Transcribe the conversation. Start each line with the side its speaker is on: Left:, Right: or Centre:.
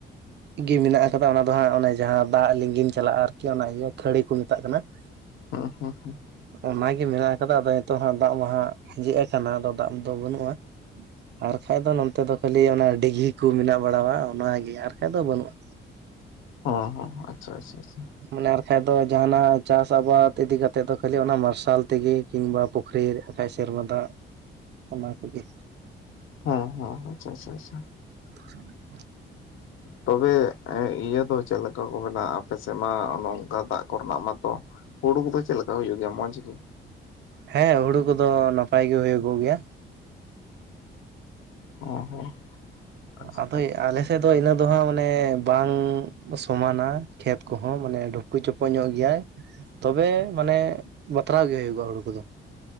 Right: ᱜᱤ ᱢᱮᱱᱟᱜ ᱟᱠᱟᱫᱟ ᱚᱱᱟ ᱫᱚ ᱦᱟᱸᱜ ᱚᱱᱮ ᱡᱟᱦᱟᱸ ᱫᱟᱜ ᱞᱤᱸᱜᱤᱱ ᱪᱟᱞᱟᱜᱼᱟ ᱟᱨᱠᱤ ᱚᱱᱟ ᱤᱭᱟᱹ ᱠᱷᱟᱹᱲᱤ ᱠᱚ ᱢᱮᱛᱟᱜ ᱠᱟᱱᱟ <unintelligible>
Left: ᱦᱩᱸ ᱦᱩᱸ ᱦᱩᱸ
Right: ᱚᱱᱟ ᱜᱮ ᱢᱮᱱᱟᱜ ᱟᱠᱟᱫᱟ ᱟᱫᱚ ᱱᱤᱛᱚᱜ ᱦᱟᱸᱜ ᱫᱟᱜ ᱢᱟ ᱦᱟᱜ ᱟᱸᱡᱮᱫ ᱟᱠᱟᱱᱟ ᱟᱫᱚ ᱫᱟᱜ ᱫᱚ ᱵᱟᱹᱱᱩᱜᱼᱟ ᱟᱨ ᱠᱷᱟᱡ ᱫᱚ ᱱᱚᱱᱛᱮ ᱫᱚ ᱠᱷᱟᱞᱤ ᱚᱱᱟ ᱰᱤᱜᱷᱤ ᱠᱚ ᱢᱮᱱᱟᱜ ᱵᱟᱲᱟᱣᱟ ᱚᱱᱟᱜᱮ ᱟᱨᱠᱟᱡ ᱫᱚ ᱵᱟᱹᱱᱩᱜᱼᱟ
Left: ᱚᱸ ᱟᱪᱷᱟ ᱟᱪᱷᱟ ᱟᱪᱷᱟ
Right: ᱢᱚᱱᱮ ᱟᱨ ᱠᱷᱟᱡ ᱫᱚ ᱡᱟᱦᱟᱸᱱᱟᱜ ᱪᱟᱥ ᱟᱵᱟᱫ ᱤᱫᱤ ᱠᱟᱛᱮᱫ ᱫᱚ ᱠᱷᱟᱞᱤ ᱚᱱᱟ ᱢᱟᱨᱥᱟᱞ ᱛᱮᱜᱮ ᱠᱤᱝᱵᱟ ᱯᱩᱠᱷᱨᱤ ᱵᱟᱠᱷᱟᱡ ᱥᱮᱨᱢᱟ ᱫᱟᱜ ᱚᱱᱟ ᱠᱚᱜᱮ
Left: ᱦᱚᱸ ᱦᱚᱸ ᱟᱪᱷᱟ ᱟᱪᱷᱟ ᱟᱪᱷᱟ
Right: <unintelligible>
Left: ᱛᱚᱵᱮ ᱮᱸᱜ ᱦᱮᱸ ᱤᱭᱟᱹ ᱫᱚ ᱪᱮᱫ ᱞᱮᱠᱟ ᱠᱚ ᱵᱮᱱᱟᱣᱼᱟ ᱟᱯᱮ ᱥᱮᱫ ᱢᱟ ᱱᱚᱝᱠᱟ ᱫᱟᱜ ᱠᱚᱨᱮᱱᱟᱜ ᱢᱟᱛᱚ ᱦᱩᱲᱩ ᱠᱚᱫᱚ ᱪᱮᱫ ᱞᱮᱠᱟ ᱦᱩᱭᱩᱜ ᱜᱮᱭᱟ ᱢᱚᱸᱡᱽ ᱜᱮ?
Right: ᱦᱮᱸ ᱦᱩᱲᱩ ᱠᱚᱫᱚ ᱱᱟᱯᱟᱭ ᱜᱮ ᱦᱩᱭᱩᱜ ᱠᱚᱜ ᱜᱮᱭᱟ
Left: ᱚ ᱦᱚᱸ ᱟᱪᱪᱷᱟ
Right: ᱟᱫᱚ ᱟᱞᱮ ᱥᱮᱫ ᱫᱚ ᱤᱱᱟᱹ ᱫᱚ ᱦᱟᱸᱜ ᱢᱟᱱᱮ ᱵᱟᱝ ᱥᱚᱢᱟᱱᱟ ᱠᱷᱮᱛ ᱠᱚᱦᱚᱸ ᱢᱟᱱᱮ ᱰᱷᱩᱠᱩ ᱪᱩᱠᱩ ᱧᱚᱜ ᱜᱮᱭᱟᱭ ᱛᱚᱵᱮ ᱢᱟᱱᱮ ᱵᱟᱛᱨᱟᱣ ᱜᱮ ᱦᱩᱭᱩᱜᱼᱟ ᱦᱩᱲᱩ ᱠᱚᱫᱚ